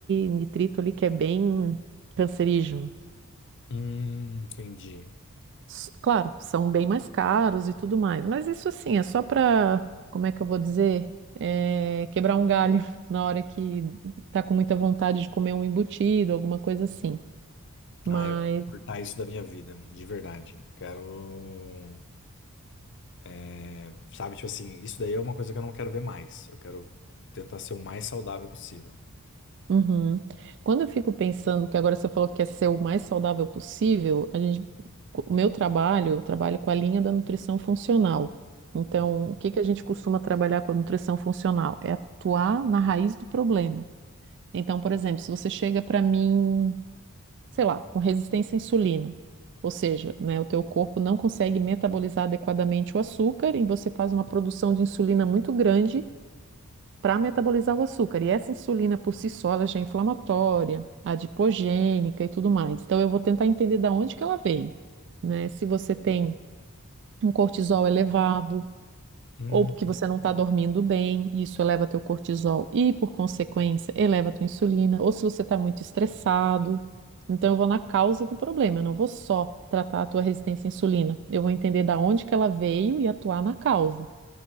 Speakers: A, on the right; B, on the left.
A: nitrito ali que é bem cancerígeno.
B: Hum, entendi.
A: S- Claro, são bem mais caros e tudo mais, mas isso assim é só para, como é que eu vou dizer, É, quebrar um galho <laughs> na hora que tá com muita vontade de comer um embutido, alguma coisa assim. Mas
B: Ah, eu quero cortar isso da minha vida, de verdade. Eu Quero, é, sabe, tipo assim, isso daí é uma coisa que eu não quero ver mais. Eu quero tentar ser o mais saudável possível.
A: Uhum. Quando eu fico pensando que agora você falou que quer ser o mais saudável possível, a gente, o meu trabalho, eu trabalho com a linha da nutrição funcional. Então,
B: Hum,
A: o que que a gente costuma trabalhar com a nutrição funcional? É atuar na raiz do problema. Então, por exemplo, se você chega para mim, sei lá, com resistência à insulina, ou seja, né, o teu corpo não consegue metabolizar adequadamente o açúcar e você faz uma produção de insulina muito grande para metabolizar o açúcar. E essa insulina por si só, ela já é inflamatória, adipogênica e tudo mais. Então eu vou tentar entender da onde que ela veio, né? Se você tem um cortisol elevado
B: hum,
A: ou porque você não está dormindo bem, isso eleva teu cortisol e por consequência eleva tua insulina, ou se você está muito estressado. Então eu vou na causa do problema, eu não vou só tratar a tua resistência à insulina. Eu vou entender da onde que ela veio e atuar na causa.